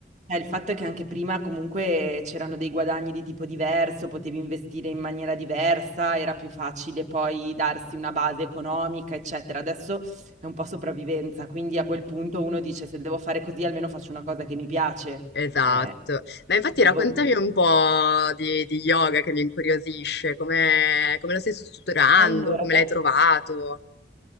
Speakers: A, on the right (about 40°); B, on the left (about 65°).
A: eh, il fatto è che anche prima comunque c'erano dei guadagni di tipo diverso, potevi investire in maniera diversa, era più facile poi darsi una base economica, eccetera. Adesso è un po' sopravvivenza, quindi a quel punto uno dice se devo fare così almeno faccio una cosa che mi piace.
B: Esatto.
A: Eh,
B: Ma infatti
A: quindi,
B: raccontami
A: ovvio.
B: un po' di, di yoga che mi incuriosisce, come, come lo stai strutturando,
A: allora,
B: come l'hai trovato,